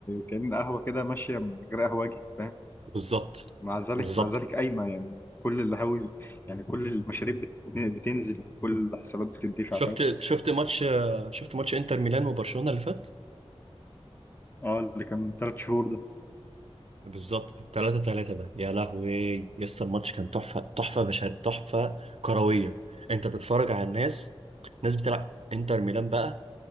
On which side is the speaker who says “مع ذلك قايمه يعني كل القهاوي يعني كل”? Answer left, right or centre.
Left